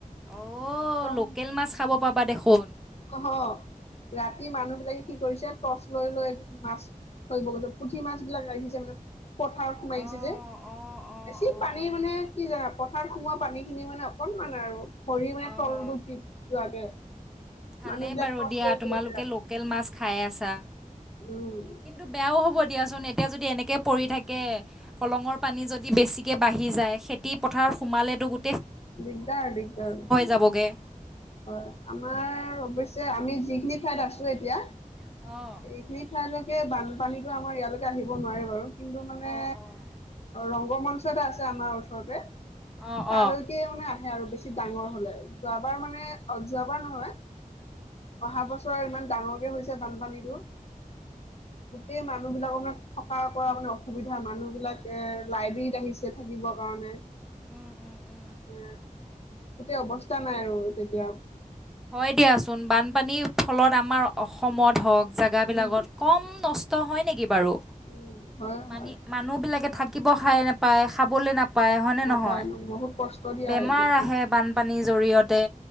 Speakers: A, in the centre; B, on the left.
A: অ
B: একদম
A: লোকেল মাছ খাব পাবা দেখোন।
B: অহ, ৰাতি মানুহবিলাকে কি কৰিছে টৰ্চ লৈ লৈ মাছ হৈ গ পুঠি মাছ বিলাক ৰাখি দিছে মানে পথাৰত সোমাইছে
A: অ',
B: যে,
A: অ', অ',
B: বেছি
A: অ',
B: পানী মানে কি জানা পথাৰত সোমোৱা পানী খিনি মানে অকনমান আৰু ভৰি মানে
A: অ',
B: তলটো যোৱাকে
A: ভালেই
B: মানুহ বিলাক
A: বাৰু
B: টৰ্চ
A: দিয়া
B: লৈ লৈ
A: তোমালোকে
B: গৈছে ৰাতি
A: লোকেল মাছ খাই আছা।
B: উম।
A: কিন্তু বেয়াও হ'ব দিয়া। দিয়াচোন এতিয়া যদি এনেকৈ পৰি থাকে, কলঙৰ পানী যদি বেছিকৈ বাঢ়ি যায় খেতি পথাৰ সোমালেতো গো
B: দিগদাৰ দিগদাৰ উম হয়,
A: যাবগৈ।
B: আমাৰ অৱশ্যে আমি যিখিনি ঠাইত আছো এতিয়া,
A: অ',
B: এইখিনি ঠাইলৈ বানপানীটো আমাৰ ইয়ালৈকে আহিব নোৱাৰে বাৰু কিন্তু মানে
A: অ', অ',
B: ৰংগ মঞ্চ এটা আছে আমাৰ ওচৰতে।
A: অ
B: তালৈকে
A: অ।
B: মানে আহে আৰু বেছি ডাঙৰ হলে, যোৱাবাৰ মানে অ যোৱাবাৰ নহয় অহা বছ ছৰ ইমান ডাঙৰকে হৈছে বানপানীতো। সেই মানুহবিলাকৰ মানে থকাৰ পৰা মানে অসুবিধা মানুহ বিলাক এ লাইব্ৰেৰীত আহিছে থাকিবৰ কাৰণে
A: উম উম উম।
B: উম গোটেই অৱস্থা নাই আৰু তেতিয়া
A: হয় দিয়াচোন, বানপানীৰ ফলত আমাৰ অসমত হওক জেগাবিলাকত
B: উম
A: কম নষ্ট হয় নেকি বাৰু?
B: উম হয়
A: মানে
B: হয়
A: মানুহবিলাকে থাকিব খাই নাপায় খাবলৈ নাপা উপায় হয়নে
B: নাপায়
A: নহয়?
B: ন বহুত কষ্ট দিয়া
A: বেমাৰ
B: এইটো
A: আহে বানপানীৰ জৰিয়তে